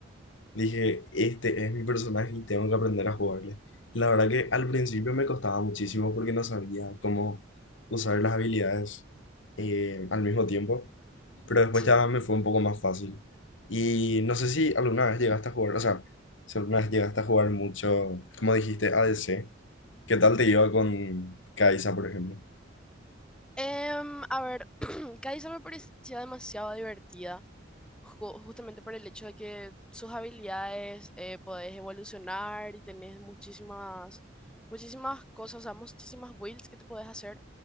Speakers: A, on the left; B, in the centre.
A: Dije, este es mi personaje y tengo que aprender a jugarle. La verdad que al principio me costaba muchísimo porque no sabía cómo usar las habilidades eh, al mismo tiempo, pero después
B: Sí.
A: ya me fue un poco más fácil. Y no sé si alguna vez llegaste a jugar, o sea, si alguna vez llegaste a jugar mucho, como dijiste, ADC, ¿qué tal te iba con Kai'Sa, por ejemplo?
B: Em, a ver, <clears throat> Kaisa me parecía demasiado divertida. ju- justamente por el hecho de que sus habilidades eh, podés evolucionar y tenés muchísimas, muchísimas cosas, o sea, muchísimas builds que te podés hacer.